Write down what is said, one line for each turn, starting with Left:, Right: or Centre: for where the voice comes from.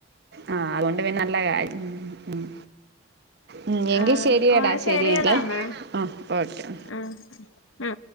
Right: ആ അതുകൊണ്ട് പിന്നെ നല്ല കാര് ഉം ഉം ഉം, എങ്കിൽ
Left: ആ
Right: ശരിയടാ
Left: ഓ ശരിയെടന്നാ
Right: ശരിയെങ്കിലേ ആ ഓക്കെ
Left: ആ ആ